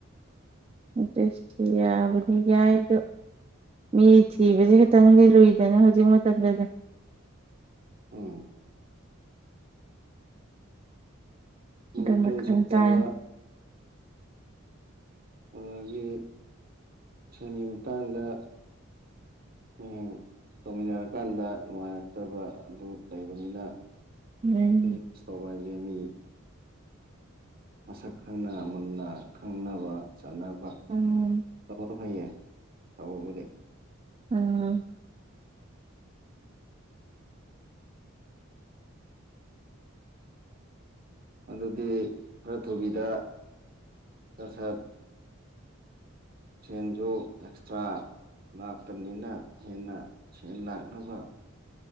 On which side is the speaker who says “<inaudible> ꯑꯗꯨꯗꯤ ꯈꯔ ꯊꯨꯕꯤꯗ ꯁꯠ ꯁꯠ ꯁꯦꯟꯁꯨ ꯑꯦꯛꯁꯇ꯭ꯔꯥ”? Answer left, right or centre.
Right